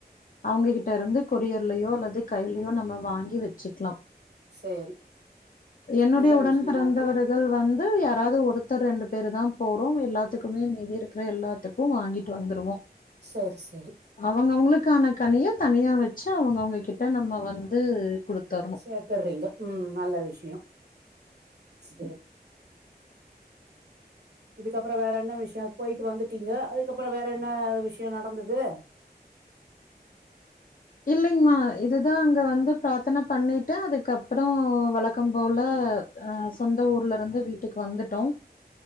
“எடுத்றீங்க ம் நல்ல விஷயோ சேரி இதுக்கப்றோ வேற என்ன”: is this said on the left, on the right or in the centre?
Right